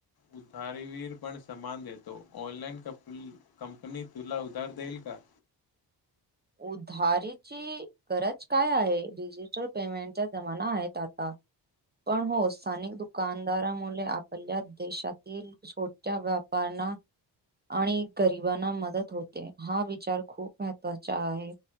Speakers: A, on the left (about 55°); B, on the right (about 25°).
A: उधारीवीर पण समान देतो. ऑनलाइन कप कंपनी तुला उधार देईल. का
B: उधारीची गरज काय आहे. डिजिटल पेमेंटच्या जमाना आहेत. आता पण हो स्थानिक दुकानदारामुळे आपल्या देशातील सोच्या वपार ना आणि गरिबांना मदत होते. हा विचार खूप महत्त्वाचा आहे.